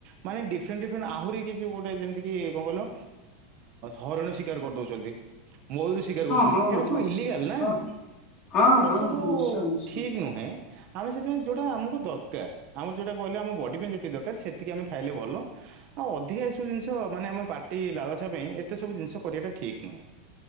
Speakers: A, on the right (about 30°); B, on the left (about 25°).
A: ମାନେ ଡିଫରେଣ୍ଟ ଡିଫରେଣ୍ଟ ଆହୁରି। କିଛି ଗୋ ଯେମିତି କି କଣ କହିଲୁ। ହରିଣ ଶିକାର କରିଦଉଛନ୍ତି ମୟୂର ଶିକାର କରୁଛନ୍ତି
B: ହଁ
A: ଏଇଟା ସବୁ
B: ହଁ ହଁ ହଁ
A: ଇଲିଗାଲ ନା
B: ହଁ ହଁ
A: ଏଇଟା
B: ହଁ
A: ସବୁ
B: ନିଶ୍ଚୟ ନିଶ୍ଚୟ।
A: ଠିକ ନୁହେଁ। ଆମେ ସେଥିପାଇଁ ଯେଉଁଟା ଆମକୁ ଦରକାର ଆମର ଯେଉଁଟା କହିଲେ ଆମ ବଡ଼ି ପାଇଁ ଯେତିକି ଦରକାର ସେତିକି ଆମେ ଖାଇଲେ ଭଲ ଆଉ ଅଧିକା ସ ଏ ସବୁ ଜିନିଷ ମାନେ ଆମ ପାଟି ଲାଳସା ପାଇଁ ଏତେ ସବୁ ଜିନିଷ କରିବାଟା ଠିକ୍ ନୁହେଁ